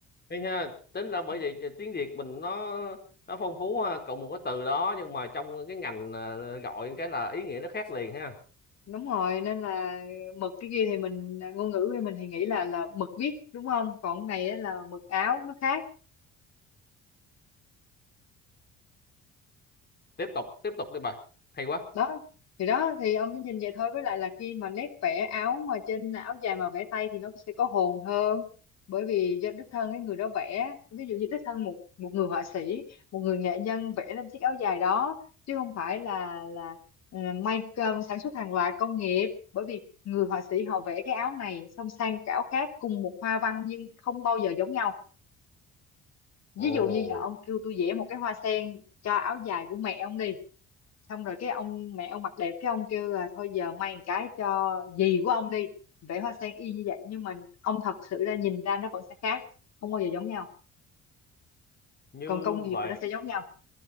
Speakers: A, on the left (about 35°); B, on the left (about 60°).
A: thấy ha tính ra bởi
B: Ừ.
A: vậy tiếng Việt mình nó nó phong phú ha cộng một cái từ đó nhưng mà trong cái ngành ờ, gọi cái là ý nghĩa nó khác liền ha
B: đúng rồi nên là mực cái kia thì mình à, ngôn ngữ của mình thì nghĩ là là mực viết đúng không còn cái này á là mực áo nó khác
A: tiếp tục tiếp tục đi bà hay quá
B: đó thì đó thì ông chỉ nhìn vậy thôi với lại là khi mà nét vẽ áo mà trên áo dài mà vẽ tay thì nó sẽ có hồn hơn bởi vì do đích thân cái người đó vẽ ví dụ như đích thân một một người họa sĩ một người nghệ nhân vẽ lên chiếc áo dài đó chứ không phải là là ờ, may ờ, sản xuất hàng loạt công nghiệp bởi vì người họa sĩ họ vẽ cái áo này xong sang cái áo khác cùng một hoa văn nhưng không bao giờ giống nhau ví
A: ồ
B: dụ như giờ ông kêu tôi vẽ một cái hoa sen cho áo dài của mẹ ông đi xong rồi cái ông mẹ ông mặt đẹp cái ông kêu là thôi giờ may một cái cho dì của ông đi vẽ hoa sen y như vậy nhưng mà ông thật sự ra nhìn ra nó vẫn sẽ khác không bao giờ giống nhau
A: như
B: còn công nghiệp
A: vậy
B: thì nó sẽ giống nhau